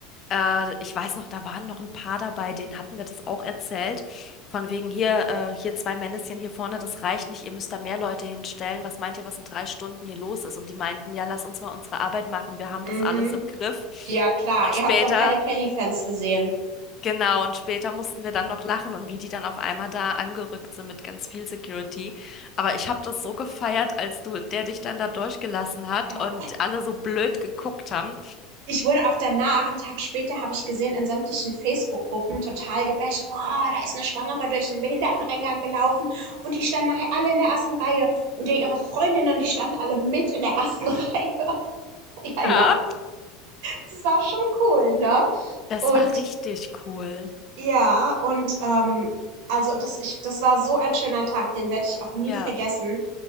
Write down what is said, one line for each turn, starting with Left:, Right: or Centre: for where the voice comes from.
Left: äh, ich weiß noch, da waren noch ein paar dabei, denen hatten wir das auch erzählt. Von wegen hier, äh, hier zwei Männchen hier vorne, das reicht nicht, ihr müsst da mehr Leute hinstellen. Was meint ihr, was in drei Stunden hier los ist? Und die meinten, ja, lass uns mal unsere Arbeit machen, wir haben das
Right: Mhm.
Left: alles im Griff.
Right: Ja, klar,
Left: Und
Right: ihr
Left: später,
Right: habt noch keine Kelly-Fans gesehen.
Left: genau, und später mussten wir dann noch lachen und wie die dann auf einmal da angerückt sind mit ganz viel Security. Aber ich habe das so gefeiert, als du, der dich dann da durchgelassen hat
Right: Ja.
Left: und alle so blöd geguckt haben.
Right: ich wurde auch danach, einen Tag später, habe ich gesehen, in sämtlichen Facebook-Gruppen total gebasht. Boah, da ist eine Schwangere durch den Behinderteneingang gelaufen und die standen nachher alle in der ersten Reihe und ja, ihre Freundinnen, die standen alle mit in der ersten Reihe. <laughs> ja, ja,
Left: Ja.
Right: das war schon cool, ne?
Left: Das
Right: Und
Left: war richtig cool.
Right: ja, und ähm, also das, ich, das war so ein schöner Tag, den werde ich auch nie
Left: Ja.
Right: vergessen.